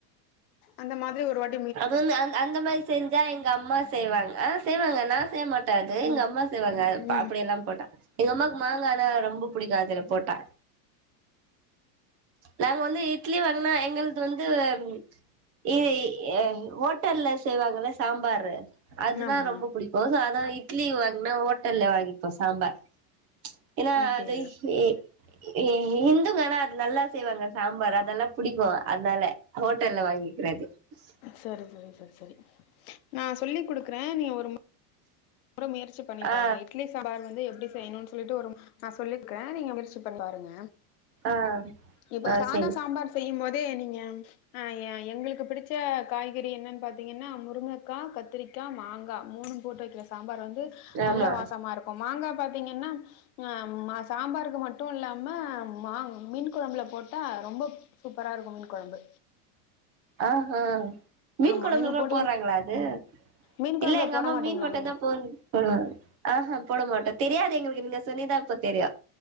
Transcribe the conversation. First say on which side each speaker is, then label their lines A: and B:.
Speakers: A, on the left (about 60°); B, on the right (about 30°).
A: அந்த மாதிரி ஒரு வாட்
B: அது அ அந்த மாதிரி செஞ்சா எங்க அம்மா செய்வாங்க செய்வாங்க நா செய்யமாட்டே அது எங்க
A: ம்
B: அம்மா செய்வாங்க
A: ம்
B: அப்டியெல்லாம் போட்டா எங்க அம்மாக்கு மாங்கானா ரொம்ப புடிக்கும் அதுல போட்டா நாங்க வந்து இட்லி வாங்னா எங்கள்து வந்து ம் இ இ ஏ ஹோட்டல்ல செய்வாங்கலா சாம்பரு அதுதா
A: ஆமா
B: ரொம்ப புடிக்கும் சோ அ நா இட்லி வாங்கன ஓட்டல்ல வாங்கிப்பே சாம்பார் ஏனா
A: அப்டியா
B: அது <unintelligible> இ இ இந்துங்கனா நல்லா செய்வாங்க சாம்பார் அதெல்லா புடிக்கும் அதனால ஹோட்டல்ல வாங்கிக்கற ஸ்
A: சரி சரி சரி சரி நா சொல்லி குடுக்குறே நீ ஒரு ம அப்புற முயற்ச்சி பண்ணி
B: ஆ
A: பாருங்க இட்லி சாம்பார் வந்து எப்டி செய்யணுன் சொல்லிட்டு ஒரு மு நா சொல்லிக்றே நீங்க முயற்ச்சி பண்ணி பாருங்க
B: ஆ
A: இப்ப
B: ஆ
A: சாத
B: சரி
A: சாம்பார் செய்யும் போது அதே நீங்க ம் ஆ ஏ எங்களுக்கு பிடிச்ச காய்கறி என்னன் பாத்தீங்கன்னா முருங்கக்கா கத்திரிக்கா மாங்கா மூணும் போட்டு வைக்கிற சா சாம்பார் வந் து நல்ல
B: ஆமா
A: வாசமா இருக்கும் மாங்கா பாத் திங்கன்னா ஆ ம் மா சாம்பாரு மட்டு இல்லாம மாங் மீன் கொழம்புல போட்டா ரொம்ப ப் சூப்பரா இருக்கும் மீன் கொழம்பு
B: அ ஆஹ மீன்
A: ஆமா
B: கொழம்புல
A: நீங்க
B: கூட
A: போடுவீங்
B: போடறாங்களா அது
A: மீன் கொழம்புல
B: இல்ல எங்க
A: போட
B: அம்மா
A: மாட்டீங்களா
B: மீன் மட்டு
A: நீங்க
B: தா போ போடுவா ஆஹா போடமாட்ட தெரியாது எங்களுக்கு நீங்க சொல்லிதா இப்ப தெரியு